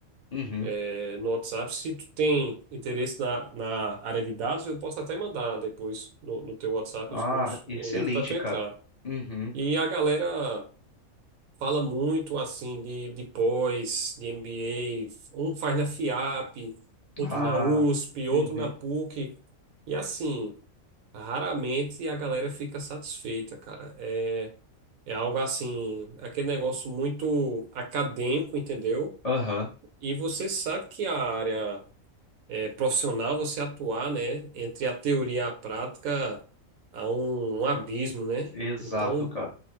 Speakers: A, on the left; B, on the right.
A: Uhum.
B: é, no WhatsApp. Se tu tem interesse na, na área de dados, eu posso até mandar depois no, no teu WhatsApp
A: Ah,
B: os grupos,
A: excelente,
B: o link para tu entrar.
A: cara. Uhum.
B: E a galera fala muito assim de, de pós, de MBA, um faz na FIAP, outro
A: Ah,
B: na USP,
A: uhum.
B: outro na PUC, e assim, raramente a galera fica satisfeita, cara. É, é algo assim, aquele negócio muito acadêmico, entendeu?
A: Aham.
B: E você sabe que a área é, profissional, você atuar, né, entre a teoria e a prática, há um, um abismo, né?
A: Exato,
B: Então,
A: cara.